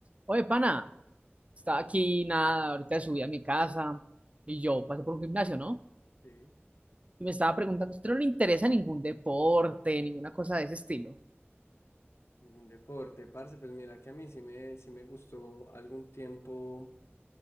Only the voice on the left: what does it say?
Sí,
algún deporte, parce, pues mira que a mí sí me, sí me gustó algún tiempo